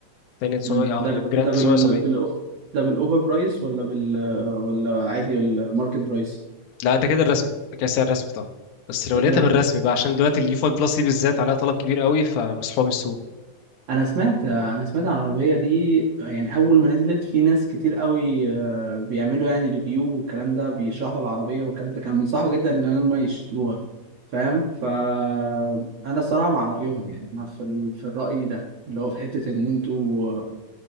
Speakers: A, on the left; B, on the right.
A: تانية 900
B: امم
A: اه
B: ده
A: اللي ميجراند
B: ده بال...
A: 970
B: بال... ده بالاوفر برايس ولا بال آه، ولا عادي الماركت برايس
A: لا ده كده الرسمي ده كده سعر الرسمي طبعا بس لو
B: ده
A: لقيتها
B: كده
A: بالرسمي بقى عشان دلوقتي اليو 5 بلس دي بالذات عليها طلب كبير قوي فمسحوبه من السوق
B: انا سمعت انا سمعت عن العربيه دي يعني اول ما نزلت في ناس كتير قوي آه، بيعملوا يعني ريفيو والكلام ده بيشرحوا العربيه والكلام ده كانوا بينصحوا جدا ان هم يشتروها فاهم فانا الصراحه مع رايهم يعني انا في ال... في الراي ده اللي هو في حته ان انتوا